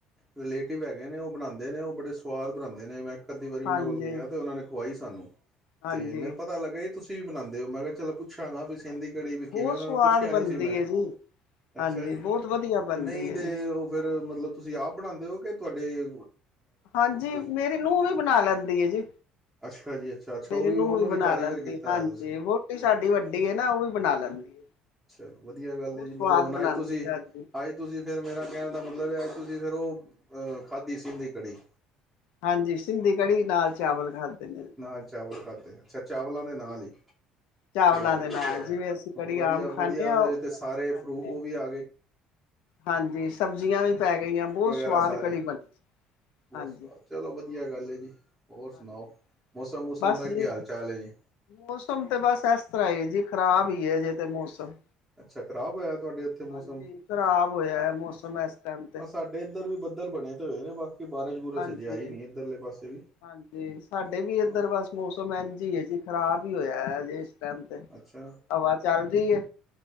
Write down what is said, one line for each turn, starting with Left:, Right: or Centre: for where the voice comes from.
Centre: ਰਿਲੇਟਿਵ ਹੈਗੇ ਨੇ। ਉਹ ਬਣਾਉਂਦੇ ਨੇ, ਉਹ ਬੜੇ ਸੁਆਦ ਬਣਾਉਂਦੇ ਨੇ ਮੈਂ। ਅੱਧੀ ਵਾਰੀ
Left: ਹਾਂਜੀ
Centre: ਉਹਨਾਂ ਕੋਲ ਗਿਆ ਤੇ ਉਹਨਾਂ ਨੇ ਖੁਵਾਈ ਸਾਨੂੰ
Left: ਹਾਂਜੀ
Centre: ਤੇ ਮੈਨੂੰ ਪਤਾ ਲੱਗਾ ਤੁਸੀਂ। ਤੁਸੀਂ ਵੀ ਬਣਾਉਂਦੇ ਹੋ। ਮੈਂ ਕਿਹਾ ਚੱਲ ਪੁੱਛਾਂਗਾ ਵੀ ਸਿੰਧੀ
Left: ਹਾਂਜੀ
Centre: ਕੜੀ ਵੀ ਕਿਵੇਂ?
Left: ਬਹੁਤ
Centre: ਉਹਨਾ
Left: ਸਵਾਦ
Centre: ਨੂੰ ਪੁੱਛਿਆ
Left: ਬਣਦੀ
Centre: ਨੀ ਸੀ ਮੈਂ।
Left: ਹੈ ਜੀ
Centre: ਅੱਛਾ
Left: ਹਾਂਜੀ
Centre: ਜੀ
Left: ਬਹੁਤ ਵਧੀਆ ਬਣਦੀ
Centre: ਤੇ ਨਹੀਂ
Left: ਹੈ
Centre: ਤੇ
Left: ਜੀ
Centre: ਉਹ ਫੇਰ ਮਤਲਬ। ਤੁਸੀਂ ਆਪ ਬਣਾਉਂਦੇ ਹੋ ਕਿ ਤੁਹਾਡੇ?
Left: ਹਾਂਜੀ,
Centre: ਕੋਈ
Left: ਮੇਰੀ ਨੂੰਹ ਵੀ ਬਣਾ ਲੈਂਦੀ ਹੈ ਜੀ।
Centre: ਅੱਛਾ ਜੀ ਅੱਛਾ ਅੱਛਾ
Left: ਮੇਰੀ
Centre: ਉਹ
Left: ਨੂੰਹ
Centre: ਉਹਨੂੰ
Left: ਵੀ ਬਣਾ
Centre: ਕਾਰੀਗਰ
Left: ਲੈਂਦੀ
Centre: ਕੀਤਾ
Left: ਹਾਂਜੀ
Centre: ਹੋਇਆ ਤੁਸੀਂ
Left: ਵੋ। ਸਾਡੀ ਵੱਡੀ ਹੈ ਨਾ ਉਹ ਵੀ ਬਣਾ ਲੈਂਦੀ।
Centre: ਚਲੋ ਵਧੀਆ ਗੱਲ
Left: ਬਹੁਤ
Centre: ਹੈ ਜੀ।
Left: ਸਵਾਦ
Centre: ਮਤਲਬ ਹੁਣ
Left: ਬਣਾਉਂਦੀ
Centre: ਆਏ ਤੁਸੀਂ
Left: ਹਾਂਜੀ
Centre: ਆਏ। ਤੁਸੀਂ ਫੇਰ ਮੇਰਾ ਕਹਿਣ ਦਾ ਮਤਲਬ। ਅੱਜ ਤੁਸੀਂ ਫੇਰ ਉਹ ਅਹ ਖਾਧੀ ਸੀ ਦੀ ਕੜੀ।
Left: ਹਾਂਜੀ ਸਿੰਧੀ ਕੜੀ ਨਾਲ ਚਾਵਲ ਖਾਧੇ ਨੇ ਅੱਜ।
Centre: ਨਾਲ ਚਾਵਲ ਖਾਧੇ ਅੱਛਾ ਚਾਵਲਾਂ ਦੇ ਨਾਲ ਹੀ।
Left: ਚਾਵਲਾਂ
Centre: ਵਾਹ
Left: ਦੇ
Centre: ਜੀ
Left: ਨਾਲ
Centre: ਫੇਰ।
Left: ਜਿਵੇਂ ਅਸੀਂ ਕੜੀ ਆਮ
Centre: ਵਧੀਆ
Left: ਖਾਂਦੇ
Centre: ਵਧੀਆ
Left: ਹਾਂ
Centre: ਉਹਦੇ ਤੇ ਸਾਰੇ ਫਰੂ
Left: ਹਾਂਜੀ
Centre: ਉਹ ਵੀ ਆ ਗਏ।
Left: ਹਾਂਜੀ ਸਬਜ਼ੀਆਂ ਵੀ ਪੈ ਗਈਆਂ। ਬਹੁਤ
Centre: ਵਗੈਰਾ
Left: ਸਵਾਦ
Centre: ਸਾਰੇ
Left: ਕੜੀ ਬਣਦੀ
Centre: ਬਹੁਤ
Left: ਹਾਂਜੀ।
Centre: ਸਵਾਦ ਚਲੋ ਵਧੀਆ ਗੱਲ ਹੈ ਜੀ। ਹੋਰ ਸੁਣਾਓ।
Left: ਹਾਂਜੀ
Centre: ਮੌਸਮ ਮੂਸਮ
Left: ਬਸ
Centre: ਦਾ
Left: ਜੀ
Centre: ਕੀ ਹਾਲ ਚਾਲ ਹੈ ਜੀ?
Left: ਮੌਸਮ ਤੇ ਬਸ ਇਸ ਤਰ੍ਹਾਂ ਹੀ ਜੀ ਖ਼ਰਾਬ ਹੀ ਹੈ ਅਜੇ ਤੇ ਮੌਸਮ।
Centre: ਅੱਛਾ ਖ਼ਰਾਬ ਹੋਇਆ ਤੁਹਾਡੇ ਉੱਥੇ ਮੌਸਮ
Left: ਹਾਂਜੀ ਖ਼ਰਾਬ ਹੋਇਆ ਮੌਸਮ ਇਸ ਟਾਈਮ ਤੇ।
Centre: ਸਾਡੇ ਇੱਧਰ ਵੀ ਬੱਦਲ ਬਣੇ ਤੇ ਹੋਏ ਨੇ ਬਾਕੀ ਬਾਰਿਸ਼ ਬੁਰਿਸ਼
Left: ਹਾਂਜੀ
Centre: ਅਜੇ ਆਈ ਨੀ ਇੱਧਰਲੇ ਪਾਸੇ ਵੀ।
Left: ਹਾਂਜੀ ਸਾਡੇ ਵੀ ਇੱਧਰ
Centre: ਹਾਂ
Left: ਬਸ ਮੌਸਮ ਇੰਝ ਹੀ ਹੈ ਜੀ। ਖਰਾਬ ਹੀ ਹੋਇਆ ਜੇ। ਟਮ ਤੇ
Centre: ਅੱਛਾ
Left: ਹਵਾ ਚੱਲਦੀ ਏ।